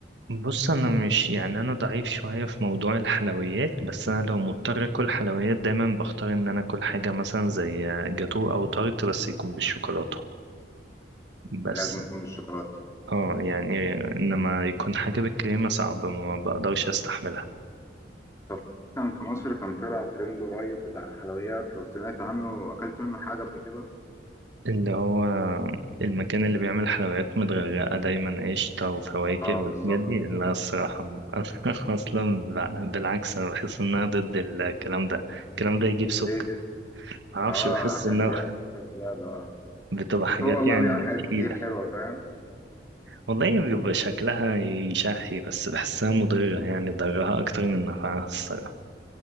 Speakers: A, on the right (about 75°); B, on the left (about 15°).
A: بص أنا مش يعني أنا ضعيف شوية في موضوع الحلويات بس أنا لو مضطر أكل حلويات دايما بختار إن أنا أكل حاجة مثلا زي جاتو أو تارت بس يكون بالشوكولاتة بس
B: لازم يكون بالشوكولاتة
A: اه يعني إنما يكون حاجة بالكريمة صعب ما بقدرش أستحملها
B: طب كان في مصر كان طلع ترند قريب بتاع الحلويات لو سمعت عنه أكلت منه حاجة قبل كده
A: اللي هو المكان اللي بيعمل حلويات متغرقة دايما قشطة وفواكه
B: اه
A: والحاجات
B: بالظبط
A: دي لا الصراحة <laughs> أنا أصلا بع- بالعكس أنا بحس إن أنا ضد الكلام ده الكلام ده يجيب سكر
B: ليه كده
A: معرفش
B: اه
A: بحس
B: عشان
A: إنها
B: زيادة السكر زيادة اه
A: <laughs> بتبقى حاجات
B: بس هو والله
A: يعني
B: بيعمل حاجات
A: تقيلة
B: كتير حلوة فاهم
A: والله بيبقى شكلها يشهي بس بحسها مضرة يعني ضرها أكتر من نفعها الصراحة